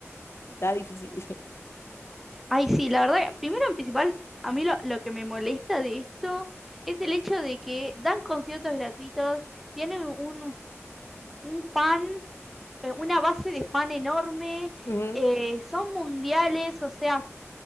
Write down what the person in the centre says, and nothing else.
Ay, sí, la verdad, primero en principal, a mí lo, lo que me molesta de esto es el hecho de que dan conciertos gratuitos, tienen un, un fan, eh, una base de fan enorme,
eh, son mundiales, o sea